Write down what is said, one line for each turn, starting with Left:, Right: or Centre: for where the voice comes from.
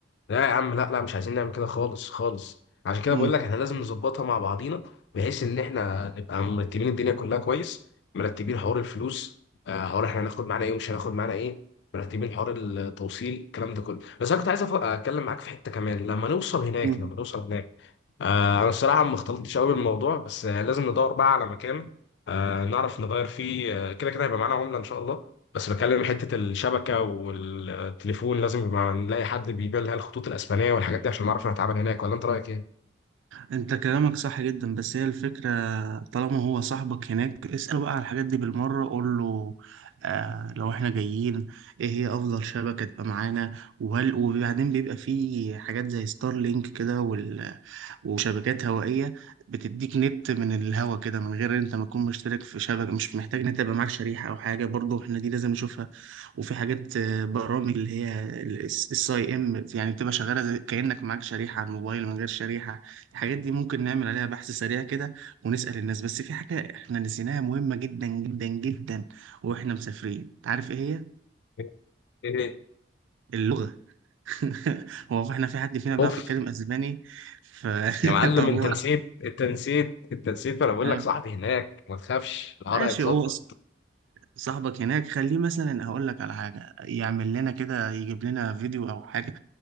Left: لا يا عم لا لا مش عايزين نعمل كده خالص خالص عشان كده
Right: مم.
Left: بقول لك احنا لازم نظبطها مع بعضينا بحيث ان احنا نبقى مرتبين الدنيا كلها كويس مرتبين حوار الفلوس آه، حوار احنا هناخد معانا ايه ومش هناخد معانا ايه مرتبين حوار التوصيل الكلام ده كله بس انا كنت عايز أف- اتكلم معاك في حته كمان لما نوصل هناك
Right: مم.
Left: لما نوصل هناك آه، انا الصراحه ما اختلطتش قوي بالموضوع بس آه، لازم ندور بقى على مكان آه، نعرف نغير فيه آه، كده كده هيبقى معانا عمله ان شاء الله بس بكلم حته الشبكه والتليفون لازم يبقى نلاقي حد بيبيع لها الخطوط الاسبانيه والحاجات دي عشان نعرف نتعامل هناك ولا انت رايك ايه؟
Right: أنت كلامك صح جدا بس هي الفكرة طالما هو صاحبك هناك اسأله بقى على الحاجات دي بالمرة قول له آه لو إحنا جايين إيه هي أفضل شبكة تبقى معانا وهل وبعدين بيبقى فيه حاجات زي ستار لينك كده وشبكات هوائية بتديك نت من الهوا كده من غير انت ما تكون مشترك في شبكة مش محتاج نت يبقى معاك شريحة او حاجة برضو احنا دي لازم نشوفها وفي حاجات آه، برامج اللي هي الساي ام يعني بتبقى شغالة زي- كأنك معاك شريحة على الموبايل من غير شريحة الحاجات دي ممكن نعمل عليها بحث سريع كده ونسأل الناس بس في حاجة احنا نسيناها مهمة جدا جدا جدا واحنا مسافرين عارف ايه هي
Left: <laughs> ايه
Right: اللغة <laughs> هو احنا في حد فينا بيعرف
Left: اوف
Right: يتكلم اسباني ف
Left: يا معلم
Right: <laughs> طب
Left: انت
Right: هو
Left: نسيت انت نسيت انت نسيت ما انا بقول
Right: آه،
Left: لك صاحبي هناك ما تخافش العرق
Right: ماشي
Left: هيتظبط
Right: هو صاحبك هناك خليه مثلا هقول لك على حاجه يعمل لنا كده يجيب لنا فيديو او حاجه